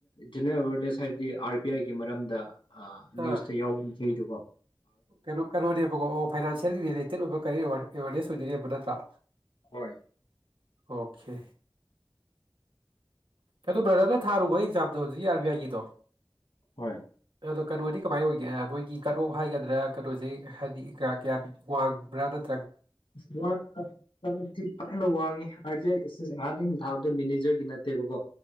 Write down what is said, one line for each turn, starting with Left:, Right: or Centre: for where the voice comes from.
Left: ꯖꯦꯅꯔꯦꯜ ꯑꯦꯋꯔꯅꯦꯁ ꯍꯥꯏꯔꯗꯤ ꯑꯥꯔ ꯕꯤ ꯑꯥꯏꯒꯤ ꯃꯔꯝꯗ
Right: ꯑꯥ
Left: ꯅ꯭ꯌꯨꯁꯇ ꯌꯥꯎ ꯊꯔꯀꯣ
Right: ꯀꯩꯅꯣ ꯀꯩꯅꯣꯅꯦꯕꯀꯣ ꯑꯣ ꯐꯥꯏꯅꯥꯟꯁꯤꯌꯦꯦꯜꯒꯤ ꯔꯤꯂꯦꯇꯦꯠ ꯑꯣꯏꯕ ꯀꯔꯤ ꯑꯣꯏ ꯋꯥꯔꯦ ꯃꯦ ꯁꯨꯖꯅꯤꯦꯕꯅꯠꯇ꯭ꯔꯥ
Left: ꯍꯣꯏ
Right: ꯑꯣꯀꯦ ꯑꯗꯨꯣ ꯕ꯭ꯔꯗꯔꯅ ꯊꯥꯔꯨꯕ ꯑꯦꯛꯖꯥꯝꯗꯣ ꯍꯧꯖꯤꯛ ꯑꯔ ꯕꯤ ꯑꯥꯏꯒꯤꯗꯣ
Left: ꯍꯣꯏ
Right: ꯑꯗꯣ ꯀꯩꯅꯣꯗꯤ ꯀꯃꯥꯏ ꯑꯣꯏꯒꯦ ꯃꯣꯏꯒꯤ ꯀꯠ ꯑꯣꯐ ꯍꯥꯏꯒꯗꯣ ꯑꯗꯨꯗꯅ ꯀꯩꯅꯣꯁꯦ ꯍꯥꯏꯗꯤ ꯀꯌꯥ ꯋꯥꯡꯕ꯭ꯔꯥꯅ
Left: ꯤ ꯐꯥꯏꯅ ꯋꯥꯡꯉꯤ ꯑꯥꯔ ꯕꯤ ꯑꯥꯏ ꯁꯤ ꯑꯍꯥꯟꯥꯟꯕ ꯊꯥꯕꯗꯣ ꯃꯦꯅꯦꯖꯔꯒꯤ ꯅꯠꯇꯦꯕꯀꯣ